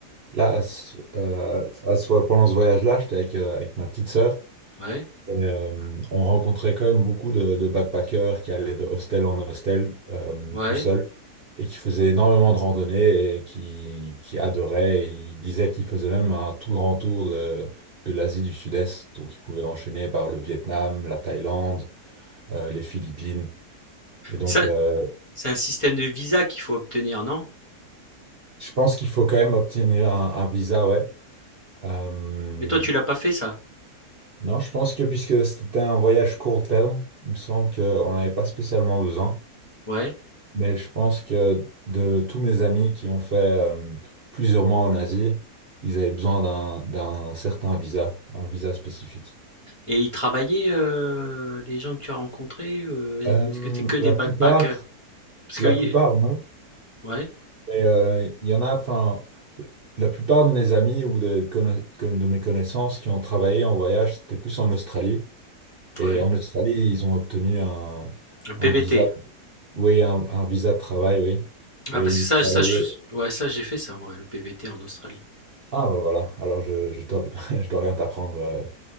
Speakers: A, on the right (about 40°); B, on the left (about 20°).
A: là à ce- euh, à ce- pendant ce voyage-là, j'étais avec, euh, avec ma petite sœur.
B: ouais,
A: Et euh, on rencontrait quand même beaucoup de, de backpackers qui allaient de hostel en hostel euh,
B: ouais.
A: tout seuls et qui faisaient énormément de randonnées et qui, qui adoraient. Et ils disaient qu'ils faisaient même un tout grand tour de, de l'Asie du Sud-Est. Donc ils pouvaient enchaîner par le Vietnam, la Thaïlande euh, les Philippines. Et donc,
B: Et ça,
A: euh,
B: c'est un système de visa qu'il faut obtenir, non?
A: je pense qu'il faut quand même obtenir un, un visa, ouais. Euh,
B: Mais toi, tu l'as pas fait, ça?
A: non, je pense que puisque c'était un voyage court terme, il me semble qu'on n'avait pas spécialement besoin.
B: Ouais.
A: Mais je pense que de tous mes amis qui ont fait euh, plusieurs mois en Asie, ils avaient besoin d'un d'un certain visa, un visa spécifique.
B: Et ils travaillaient, heu, les gens que tu as rencontrés, heu,
A: Euh,
B: ou est-ce que t'es que des
A: la
B: backpackers?
A: plupart,
B: Parce
A: la
B: que y
A: plupart, non.
B: ouais,
A: Mais euh, il y en a, enfin, la plupart de mes amis ou de, conna- de mes connaissances qui ont travaillé en voyage, c'était plus en Australie. Et
B: ouais,
A: en Australie, ils ont obtenu un,
B: un PVT.
A: un visa, oui, un, un visa de travail, oui. Et
B: Ah parce
A: ils
B: que ça
A: travaillaient.
B: ça je suis ouais, ça j'ai fait ça moi, le PVT en Australie.
A: Ah, ben voilà. Alors, je, je dois, <laughs> je dois rien t'apprendre euh,